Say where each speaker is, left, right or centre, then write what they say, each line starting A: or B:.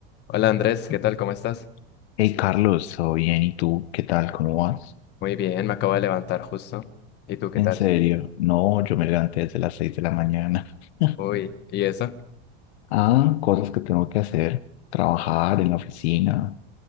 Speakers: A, on the left (about 30°); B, on the left (about 80°).
A: Hola Andrés, ¿qué tal? ¿Cómo estás?
B: Hey Carlos, ¿todo bien? ¿Y tú? ¿Qué tal? ¿Cómo vas?
A: Muy bien, me acabo de levantar justo. ¿Y tú qué
B: ¿En
A: tal?
B: serio? No, yo me levanté desde las 6 de la mañana. <laughs>
A: Uy, ¿y eso?
B: Ah, cosas que tengo que hacer. Trabajar en la oficina,